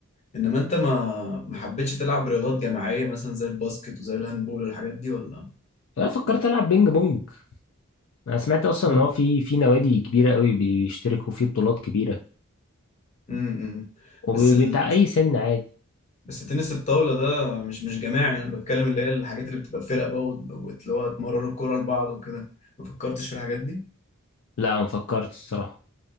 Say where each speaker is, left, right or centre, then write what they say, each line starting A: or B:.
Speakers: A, on the left (about 30°); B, on the left (about 60°).
A: انما انت ما ما حبيتش تلعب رياضات جماعيه مثلا زي الباسكت وزي الهاندبول والحاجات دي ولا
B: أنا فكرت ألعب بينج بونج أنا سمعت أصلا
A: اه
B: إن هو في في نوادي كبيرة قوي بيشتركوا في بطولات كبيرة
A: امم
B: وبتاع
A: بس ال...
B: أي سن عادي
A: بس تنس الطاوله ده مش مش جماعي انا بتكلم اللي هي الحاجات اللي بتبقى فرق بقى وت- وت- اللي هو تمرروا الكوره لبعض وكده ما فكرتش في الحاجات دي
B: لا ما فكرت الصراحة